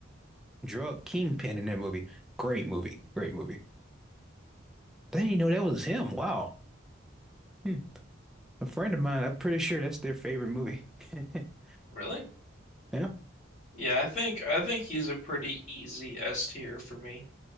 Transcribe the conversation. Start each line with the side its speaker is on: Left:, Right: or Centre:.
Centre: drug kingpin in that movie. Great movie. Great movie. They didn't even know that was him. Wow. Hmm. A friend of mine, I'm pretty sure that's their favorite movie. <laughs>
Left: Really?
Centre: Yeah.
Left: Yeah, I think I think he's a pretty easy S tier for me.